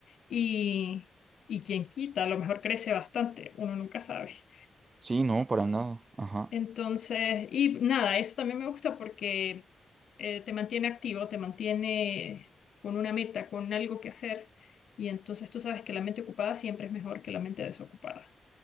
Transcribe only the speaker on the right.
sí, no, para nada. Ajá.